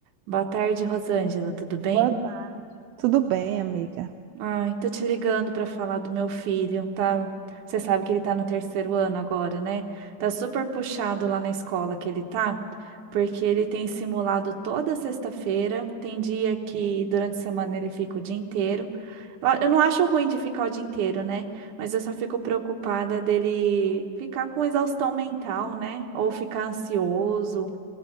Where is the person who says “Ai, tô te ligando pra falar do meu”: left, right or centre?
Right